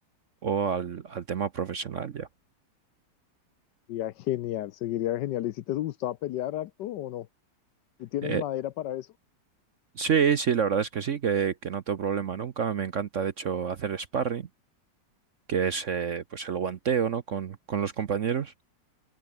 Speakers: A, on the right (about 55°); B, on the left (about 70°).
A: o al, al tema profesional ya.
B: Sería genial, seguiría genial. ¿Y si te gustaba pelear harto o no? ¿Y tienes
A: Eh,
B: madera para eso?
A: sí, sí, la verdad es que sí, que, que no tengo problema nunca. Me encanta, de hecho, hacer sparring, que es eh, pues el guanteo, ¿no? Con, con los compañeros.